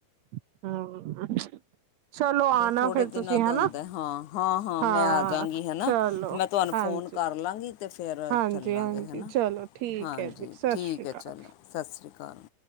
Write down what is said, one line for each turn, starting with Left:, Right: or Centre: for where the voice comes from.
Right: ਹਾਂ ਚਲੋ ਆਣਾ
Left: ਥੋੜੇ
Right: ਫਿਰ
Left: ਦਿਨਾਂ
Right: ਤੁਸੀਂ
Left: ਦਾ
Right: ਹੈਾ
Left: ਹੁੰਦਾ ਹਾਂ ਹਾਂ
Right: ਹਾਂ
Left: ਮੈਂ ਆ ਜਾਂਗੀ ਹੈਨਾ
Right: ਚਲੋ
Left: ਤੇ ਮੈਂ ਤੁਹਾਨੂੰ
Right: ਹਾਂਜੀ।
Left: ਫੋਨ ਕਰ ਲਾਂਗੀ ਤੇ ਫਿਰ
Right: ਹਾਂਜੀ
Left: ਚੱਲਾਂਗੇ
Right: ਹਾਂਜੀ
Left: ਹੈਨਾ
Right: ਚਲੋ ਠੀਕ
Left: ਹਾਂਜੀ
Right: ਹੈ ਜੀ ਸਤਿ
Left: ਠੀਕ
Right: ਸ੍ਰੀ ਅਕਾਲ।
Left: ਹੈ ਚਲੋ ਸਤਿ ਸ਼੍ਰੀ ਅਕਾਲ